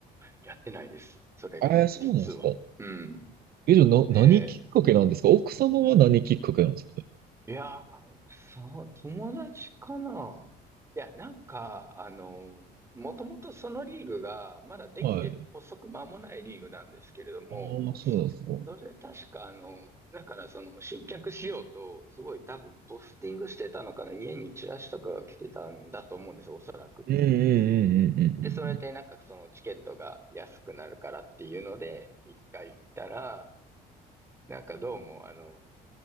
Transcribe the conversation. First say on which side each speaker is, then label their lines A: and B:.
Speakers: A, on the right (about 15°); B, on the right (about 65°).
A: やってないです。それが、
B: えー、そうなんですか。
A: 実は。うん。
B: え、じゃあ、な、何きっかけなんですか奥様は何きっかけなんですかね
A: えいやー、そう、友達かな。いや、なんか、あの、もともとそのリーグが、まだできて発足間もないリーグなんですけれども、
B: はい。ああ、そうなんですか。う
A: それ確か、あの、だからその集客しようと、すごい多分ポスティングしてたのかな、家にチラシとかが来てたんだと思うんですよ、おそらく。
B: んうんうんうんうんうん
A: で、それでなんかそのチケットが安くなるからっていうので、一回行ったら、なんかどうも、あの、